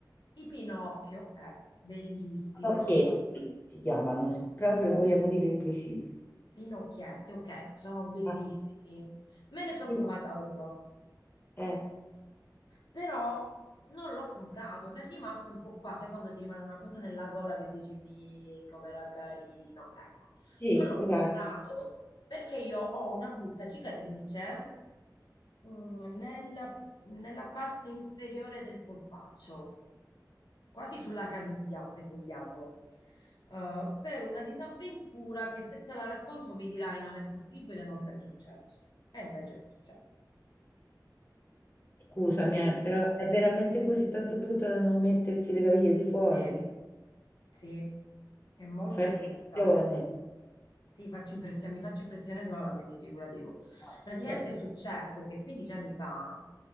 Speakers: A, on the left; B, on the left.
A: I Pinocchio, ecco, bellissimo.
B: Pinocchietti si chiamano, se proprio la vogliamo dire precisa.
A: Pinocchietti, ok, sono bellissimi.
B: Ah,
A: Me ne sono
B: sì,
A: provata uno,
B: Eh,
A: però non l'ho comprato, mi è rimasto un po' qua, sai quando ti rimane una cosa nella gola che dici, mi, com'era carino. Ecco,
B: sì,
A: non l'ho
B: esatto.
A: comprato perché io ho una brutta cicatrice mm, nella, nella parte inferiore del polpaccio, quasi sulla caviglia, se vogliamo. eh, per una disavventura che se te la racconto mi dirai non è possibile, non ti è successo. E invece è successo.
B: Scusami,
A: Quindi,
B: eh, però è veramente così tanto brutta da non mettersi le caviglie di fuori?
A: eh, sì, è molto
B: Fai pressione.
A: brutta. Sì, faccio impressione, mi faccio impressione sola, quindi figurati tu.
B: Ah,
A: Praticamente
B: ok.
A: è successo che 15 anni fa